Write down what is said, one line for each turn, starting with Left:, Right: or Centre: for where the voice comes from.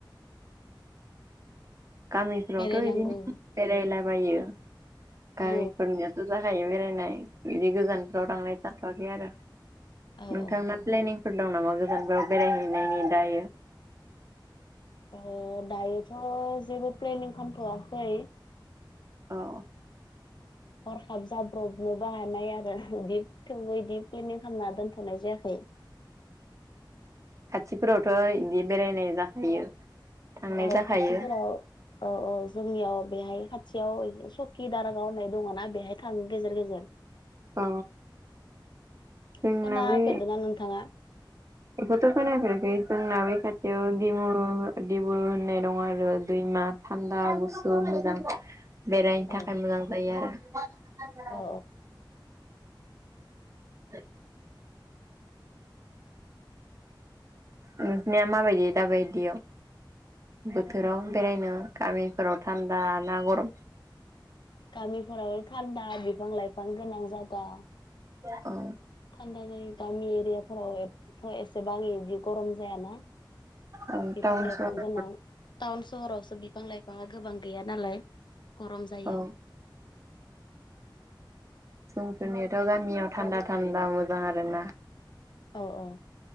Right: गामिफोरावथ'
Left: बेरायनांगौ
Right: बिदिनो बेरायलाबायो गामिफोरनियाथा
Left: औ
Right: जा थायो बेरायनाय बिदि गोजानफ्राव थांनाय जाथ'वाखै आरो
Left: औ
Right: नोंथांना
Left: औ
Right: प्लेनिं फोर दं नामा गोजानफोराव बेरायहैनायनि दायो।
Left: अ दायोथ जेबो प्लेनिं खालामथवाखै
Right: औ।
Left: हरखाब जाब्रबनोबो हानाय आरो बिदि थेवबो बिदि प्लेनिं खालामना दोनथनाय जायाखै
Right: खाथिफोरावथ बिदि बेरायनाय जाखायो। थांनाय
Left: औ
Right: जाखायो।
Left: खाथिफोराव औ औ। जोंनियाव बेहाय खाथियाव सकि दारागाव होननाय दङना बेहाय थाङो गेजेर गेजेर
Right: औ जोंना
Left: खोना
Right: बै
Left: फेरदो ना नोंथाङा?
Right: बेखौथ खोनफेराखै जोंना बे खाथियाव
Left: औ
Right: दिमुर दिबुल होननाय दं आरो दैमा थान्दा गुसु मोजां बेरायनो
Left: औ
Right: थाखाय मोजां जायो आरो
Left: औ
Right: <inaudible> नोंसिनिया माबायदि दाबायदियाव? बोथोराव बेरायनो गामिफोराव थान्दा ना गरम
Left: गामिफोराव थान्दा बिफां लाइफां गोनां जागा
Right: औ।
Left: थान्दा जायो गामि एरियाफोराव एथ एसे बिदि गरम जायाना
Right: औ
Left: बिफां
Right: टाउन
Left: लाइफां
Right: सहर
Left: गोनां टाउन सहरावसो बिफां लाइफाङा गोबां गैया नालाय गरम जायो।
Right: औ समफोरनिथ गामियाव थान्दा थान्दा मोजां आरो ना
Left: औ औ।